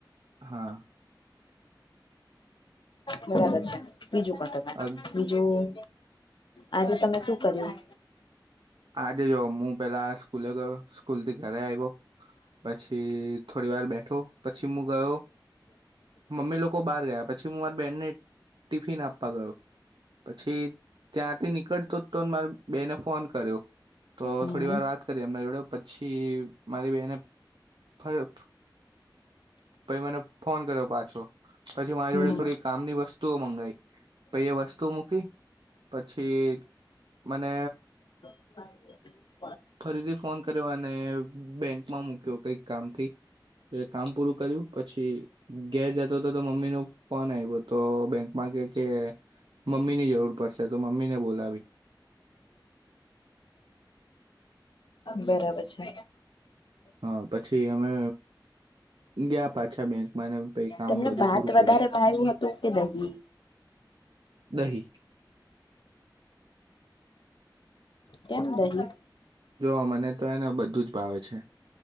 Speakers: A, on the right; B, on the left.
A: હા
B: બરાબર છે. બીજું કોતો વાત.
A: અગ-
B: બીજું આજે તમે શું કર્યું?
A: આજે જો મુ પેલા સ્કૂલે ગયો સ્કૂલથી ઘરે આવ્યો પછી થોડી વાર બેઠો. પછી મુ ગયો મમ્મી લોકો બહાર ગયા પછી હું મારા બેનને ટિફિન આપવા ગયો પછી ત્યાંથી નીકળતો જ તો મારી બેને ફોન કર્યો. તો
B: હમ
A: થોડીવાર
B: હમ
A: વાત કરી એમના જોડે પછી મારી બેને ફ પહી મને ફોન કર્યો પાછો પછી મારી
B: હમ
A: જોડે થોડી કામની વસ્તુઓ મંગાઈ પહી એ વસ્તુ મૂકી પછી મને
B: બ
A: ફરીથી ફોન કર્યો અને બેંકમાં મૂક્યો કઈક કામથી કામ પૂરું કર્યું પછી ઘેર જતો હતો તો મમ્મીનો ફોન આવ્યો તો બેંકમાં કે કે મમ્મીની જરૂર પડશે તો મમ્મીને બોલાવી.
B: બરાબર છે.
A: હા પછી અમે ગયા પાછા બેંકમાં ને પહી કામ
B: તમને
A: બધું
B: ભાત
A: પૂરું
B: વધારે
A: કર્યું,
B: ભાવ્યું હતું કે દહી
A: દહીં.
B: કેમ, દહીં?
A: જો મને તો હેને બધું જ ભાવે છે.